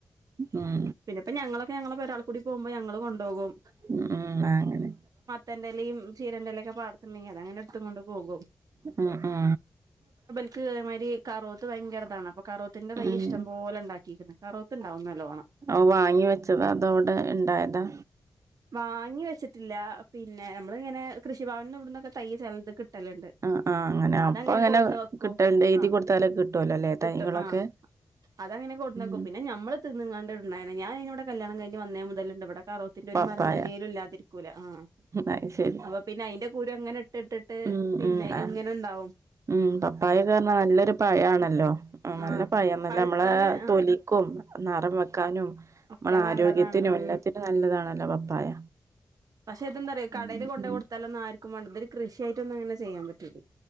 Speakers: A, on the right; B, on the right.
A: ഉം
B: പിന്നെ ഇപ്പ ഞങ്ങളൊക്കെ ഞങ്ങള ഒരാൾ കൂടി പോകുമ്പോൾ ഞങ്ങള്ൾ കൊണ്ടുപോകും
A: ഉ ഉ ആ അങ്ങനെ
B: തന്റെറേും ചീരന്റെറേ ഒക്കെ പാർത്തുണ്ടെങ്ക അങ്ങനെ അടുത്ത കൊണ്ട് പോകും
A: ആ ആഹ
B: കതിരി കറുവത്ത് ഭയങ്കരതാണ് അപ്പൊ കറുത്തിന്റെ തൈ്യ
A: ഉം
B: ഇഷ്ടം പോലെ ഉണ്ടാക്കിയിരിക്കുന്നത് കറുവത്ത് ഉണ്ടാവുംന്ന നല്ലോണം
A: ആ വാങ്ങി വെച്ചതാ അതോടെ ഉണ്ടായതാ
B: വാങ്ങി വെച്ചിട്ടില്ല പിന്നെ നമ്മളിങ്ങനെ കൃഷിഭവന ഇവിടന്നൊക്കെ തയ്യ ചിലത് കിട്ട കിട്ടലുണ്ട്
A: ആഹ് ആഹ് അങ്ങനെ
B: അതങ്ങനെ
A: അപ്പൊ അങ്ങനെ
B: കൊടുന്ന് വെക്കും
A: കിട്ടലുണ്ട് എഴുതി
B: ആ
A: കൊടുത്താലൊക്കെ കിട്ടുവല്ലോ അല്ലേ
B: കിട്ടും
A: തൈകളൊക്കെ
B: ആഹ അതങ്ങനെ കൊടുന്നോക്ക
A: ഉം
B: പിന്നെ നമ്മള് തിന്നാണ്ട ഞാാന ഇവി കല്യാണം കഴി വന്നേ മുതലുണ്ട് ഇവിടെ കറവത്തിന്റെ ഒരു
A: പപ്പായ
B: മരം തന്നേലും ഇല്ലാതിരിക്കൂല്ല ആഹ
A: അത് ശരി
B: അപ്പൊ പിന്നെ അയിന്റെ കൂര അങ്ങനെ ഇട്ട് ഇട്ടിട്ട്
A: ഉം
B: പിന്നെ
A: ഉം ആ
B: എങ്ങനെുണ്ടാവും
A: ഉം പപ്പായൊ കാരഞ്ഞാൽ നല്ലൊരു പഴ ആണല്ലോ ആ നല്ല
B: ആഹ്
A: പഴന്നല്ല
B: പഴുത്താല്
A: നമ്മളെ
B: ആഹ്
A: തൊലിക്കും നിറം വെക്കാനും നമ്മള
B: ഒക്കെ നല്ലതാണ്
A: ആരോഗ്യത്തിനും
B: ഉം
A: എല്ലാത്തിനും നല്ലതാണല്ലോ പപ്പായ
B: പക്ഷെ ഇതന്താറയാ കടയിൽ
A: ഉം
B: കൊണ്ട
A: ഉം
B: കൊടുത്താലൊന്നും ആും ൊരു കൃഷിയായിട്ട ഒന്നും അങ്ങനെ ചെയ്യാൻ പറ്റില്ലേ